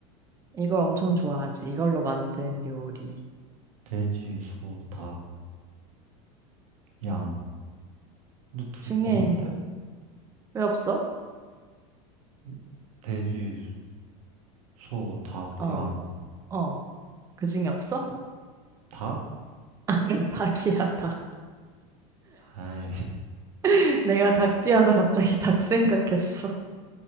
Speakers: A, on the right; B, on the right.
A: 이걸 엄청 좋아하지. 이걸로 만든 요리
B: 돼지, 소, 닭, 양. 근데 두,
A: 중에
B: 없는데?
A: 왜 없어?
B: 이- 돼지, 소, 닭,
A: 어,
B: 양.
A: 어, 그 중에 없어?
B: 닭?
A: <laughs> 닭이야, 닭.
B: 아이, <laughs>
A: <laughs> 내가 닭 뛰어서 갑자기 닭 생각했어.